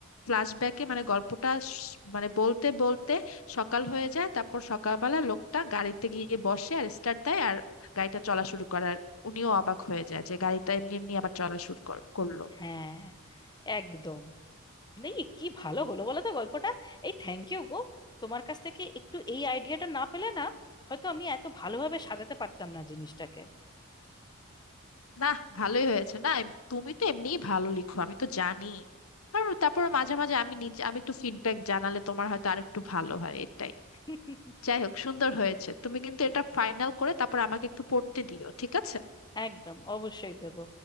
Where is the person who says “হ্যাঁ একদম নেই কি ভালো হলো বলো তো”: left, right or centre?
Left